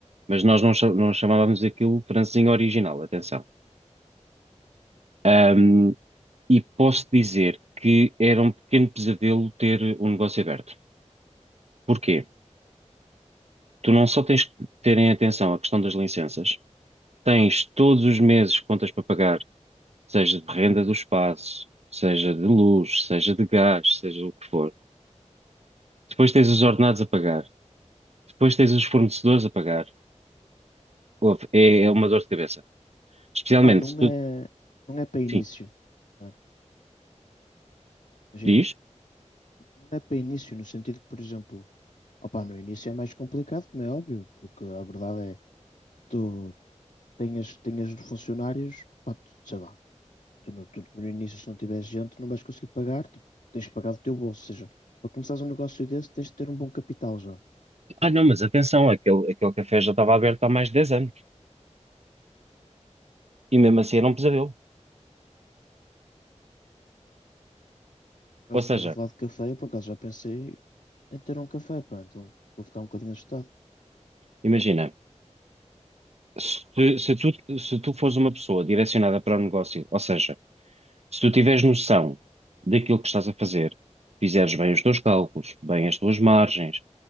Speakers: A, on the right; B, on the left.
A: mas nós não, cha- não chamávamos aquilo francesinha original, atenção. Ahm, e posso dizer que era um pequeno pesadelo ter um negócio aberto. Porquê? Tu não só tens que ter em atenção a questão das licenças, tens todos os meses contas para pagar seja de renda do espaço, seja de luz, seja de gás, seja o que for. Depois tens os ordenados a pagar, depois tens os fornecedores a pagar. Ouve, é, é uma dor de cabeça. Especialmente
B: Pá, não
A: se tu,
B: é, não é para início,
A: enfim,
B: né? Imagina,
A: diz,
B: não é para início no sentido que, por exemplo, opá, no início é mais complicado, como é óbvio, porque a verdade é que tu tenhas, tenhas funcionários, pá, tu, sei lá. Tu no, tu- tu no início, se não tiveres gente, não vais conseguir pagar, tipo, tens de pagar do teu bolso. Ou seja, para começares um negócio desse, tens de ter um bom capital já.
A: ah não, mas atenção, aquele, aquele café já estava aberto há mais de 10 anos e mesmo assim era um pesadelo.
B: Caso
A: Ou seja,
B: estás a falar de café, eu por acaso já pensei em ter um café, pá, então estou a ficar um bocadinho assustado,
A: imagina, se, se tu, se tu fores uma pessoa direcionada para o negócio, ou seja, se tu tiveres noção daquilo que estás a fazer, fizeres bem os teus cálculos, bem as tuas margens,